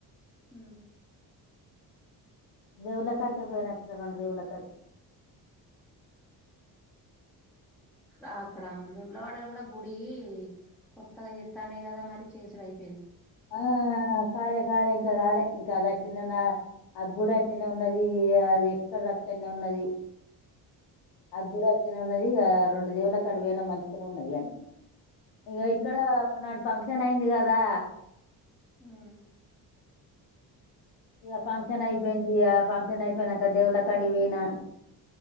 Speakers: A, in the centre; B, on the left.
A: హ
B: దేవుల్ల కాడికి ఊరికే పోయినా రెండు దేవుళ్ళ కాడికి
A: అ అక్కడ మన వేములవాడలో కూడా గుడి కొత్తగా చెత్తాండే కదా మరి చేసుడుఅయిందా
B: అదా కాలే కాలే ఇంకా కాలే ఇంకా అది అట్టనే ఆ గుడి అట్టనే ఉన్నది అది ఎక్కడది అక్కనే ఉన్నది ఆ గుడి అట్టనే ఉన్నది ఇక రెండు దేవుల కాడికీబొయినా మంచిగానే ఉన్నది కానీ ఇగ ఇక్కడ ఒకనాడు ఫంక్షన్ అయింది కదా
A: ఆ
B: ఇక ఫంక్షన్ అయిపోయింది ఇక ఫంక్షన్ అయిపోయినాక దేవుల కాడికి పోయినా